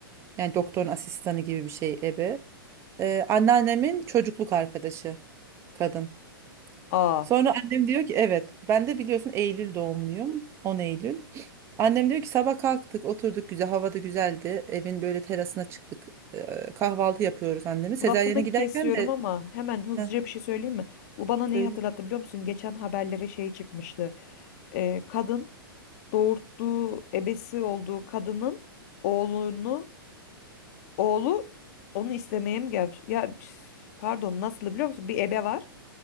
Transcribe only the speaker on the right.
yani doktorun asistanı gibi bir şey ebe. Ee, anneannemin çocukluk arkadaşı kadın.
Sonra annem diyor ki evet ben de biliyorsun Eylül doğumluyum 10 Eylül. Annem diyor ki sabah kalktık oturduk güzel havada güzeldi evin böyle terasına çıktık Ee, kahvaltı yapıyoruz annemi. Sezaryen'e
giderken
de
Heh,
söyle.